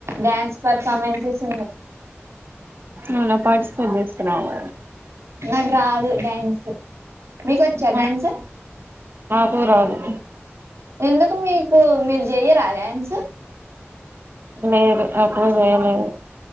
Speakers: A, on the right; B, on the right.
A: డ్యాన్స్ పర్ఫార్మెన్సెస్ ఉన్నాయి
B: అవునా పార్టిసిపేట్ చేస్తున్నావా
A: నాకు రాదు డ్యాన్సు మీకు వచ్చా
B: మరి
A: డాన్సు
B: నాకు రాదు
A: ఎందుకు మీకు మీరు చెయ్యరా డాన్సు
B: లేదు అప్పుడు చేయలేదు